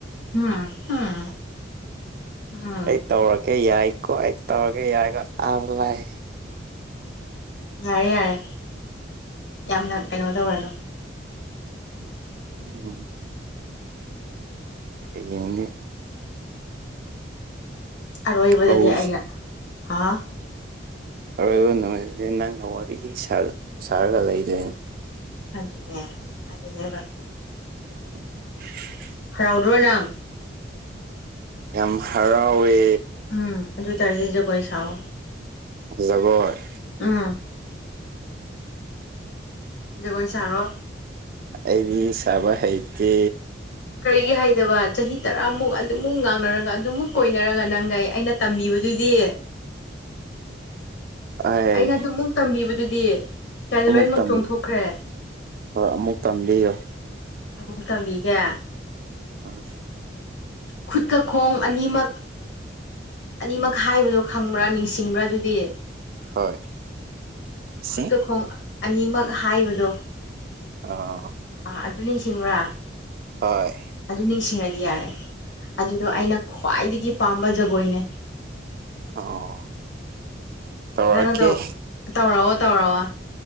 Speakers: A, on the left (about 80°); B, on the right (about 50°).
A: ꯎꯝ ꯎꯝ ꯎꯝ
B: ꯑꯩ ꯇꯧꯔꯒꯦ ꯌꯥꯏꯀꯣ ꯑꯩ ꯇꯧꯔꯒꯦ ꯌꯥꯏꯀꯣ ꯑꯥ ꯂꯥꯏ꯫
A: ꯌꯥꯔꯦ ꯌꯥꯔꯦ ꯌꯥꯝꯅ ꯀꯩꯅꯣ ꯇꯧꯔꯅꯨ
B: ꯎꯝ ꯑꯩ ꯌꯦꯡꯗꯤ꯫
A: ꯑꯔꯣꯏꯕꯗꯗꯤ
B: ꯍꯣꯏ
A: ꯑꯩꯅ ꯍꯥ
B: ꯑꯔꯣꯏꯕ ꯅꯨꯃꯤꯠꯁ ꯅꯪꯅ ꯋꯥꯔꯤ ꯁꯥꯔꯒ ꯂꯩꯗꯣꯏꯅꯦ꯫
A: ꯑꯗꯨꯅ‌ꯦ ꯑꯗꯨꯅ‌ꯦꯕ꯫
B: <unintelligible>
A: ꯔꯥꯎꯔꯅꯪ
B: ꯌꯥꯝ ꯍꯔꯥꯎꯋꯦ꯫
A: ꯎꯝ ꯑꯗꯨ ꯑꯣꯏꯇꯥꯔꯗꯤ ꯖꯒꯣꯏ ꯁꯥꯥꯎꯌꯣ
B: ꯖꯒꫭꯏ
A: ꯎꯝ ꯖꯒꯣꯏ ꯁꯔꯣ
B: ꯑꯩꯗꯤ ꯁꯥꯕ ꯍꯩꯇꯦ
A: ꯀꯔꯤꯒꯤ ꯍꯩꯇꯕ ꯆꯍꯤ ꯇꯔꯥꯃꯨꯛ ꯑꯗꯨꯃꯨꯛ ꯉꯥꯡꯅꯔꯒ ꯑꯗꯨꯃꯨꯛ ꯀꯣꯏꯅꯔꯒ ꯅꯪꯒ ꯑꯩꯅ ꯇꯝꯕꯤꯕꯗꯨꯗꯤ
B: ꯑꯩ
A: ꯑꯩꯅ ꯑꯗꯨꯝꯃꯨꯛ ꯇꯝꯕꯤꯕꯗꯨꯗꯤ ꯀꯥꯏꯗ
B: ꯑꯃꯨꯛ
A: ꯂꯣꯏꯃꯛ
B: ꯇꯝ
A: ꯆꯣꯡꯊꯣꯛꯈ꯭ꯔꯦ
B: ꯍꯣꯏ ꯑꯃꯨꯛ ꯇꯝꯕꯤꯌꯣ
A: ꯑꯃꯨꯛ ꯇꯝꯕꯤꯒ‌ꯦ
B: ꯑꯁ
A: ꯈꯨꯠꯀ ꯈꯣꯡ ꯑꯅꯤꯃꯛ ꯑꯅꯤꯃꯛ ꯍꯥꯏꯕꯗꯣ ꯈꯪꯕ꯭ꯔꯥ ꯅꯤꯡꯁꯤꯡꯕ꯭ꯔꯥ ꯑꯗꯨꯗꯤ
B: ꯍꯣꯏ
A: ꯈꯨꯠꯀ
B: ꯁꯤ
A: ꯈꯣꯡ ꯑꯅꯤꯃꯛ ꯍꯥꯏꯕꯗꯣ
B: ꯑ
A: ꯑꯥ ꯑꯗꯨ ꯅꯤꯡꯁꯤꯡꯕ꯭ꯔꯥ
B: ꯍꯣꯏ
A: ꯑꯗꯨ ꯅꯤꯡꯁꯤꯡꯉꯗꯤ ꯌꯥꯔꯦ ꯑꯗꯨꯗꯣ
B: ꯎꯝ
A: ꯑꯩꯅ ꯈ꯭ꯋꯥꯏꯗꯒꯤ ꯄꯥꯝꯕ ꯖꯒꯣꯏꯅꯦ
B: ꯑꯣ ꯇꯧꯔꯛꯀꯦ
A: ꯅꯪꯗꯣ ꯇꯧꯔꯛꯑꯣ ꯇꯧꯔꯛꯑꯣ